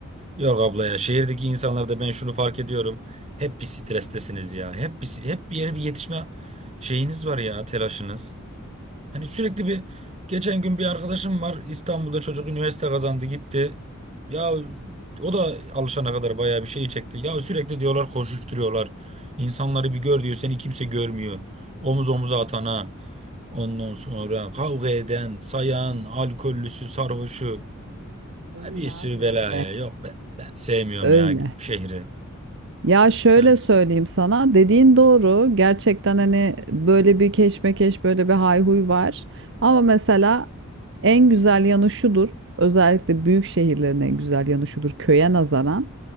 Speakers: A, on the right; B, on the right.
A: Yok abla ya şehirdeki insanlarda ben şunu fark ediyorum. Hep bir strestesiniz ya. Hep bir, hep bir yere bir yetişme şeyiniz var ya telaşınız. Hani sürekli bir geçen gün bir arkadaşım var İstanbul'da çocuk üniversite kazandı gitti. Ya o da alışana kadar bayağı bir şey çekti. Ya sürekli diyorlar koşuşturuyorlar. İnsanları bir gör diyor seni kimse görmüyor. Omuz omuza atana ondan sonra kavga eden, sayan, alkollüsü, sarhoşu.
B: Öyle
A: Ay Bir sürü
B: böyle
A: belaya yok ben, ben sevmiyorum
B: Öyle.
A: ya şehri.
B: Ya şöyle
A: Yani
B: söyleyeyim sana dediğin doğru gerçekten hani böyle bir keşmekeş böyle bir hayhuy var ama mesela en güzel yanı şudur özellikle büyük şehirlerin en güzel yanı şudur köye nazaran